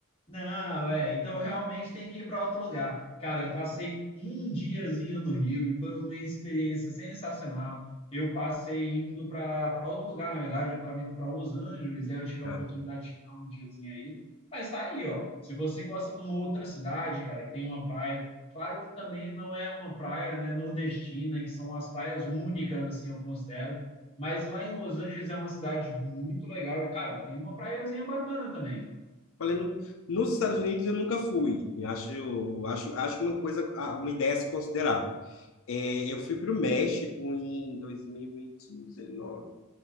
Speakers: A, on the left; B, on the left.
A: Não, é. Então realmente tem que ir para outro lugar. Cara, eu passei um diazinho no Rio e foi uma experiência sensacional. Eu passei indo para para outro lugar, na verdade, eu estava indo para Los Angeles, aí eu tive a
B: Ah.
A: oportunidade de ficar um diazinho aí. Mas tá aí, ó. Se você gosta de uma outra cidade, cara, que tem uma praia, claro que também não é uma praia, né, nordestina, que são as praias únicas, assim, eu considero. Mas lá em Los Angeles é uma cidade muito legal e, cara, tem uma praiazinha bacana também.
B: Falei, no- nos Estados Unidos eu nunca fui. E Acho, eu acho, acho uma coisa, ah, uma ideia a se considerar. É, eu fui para o México em 2019,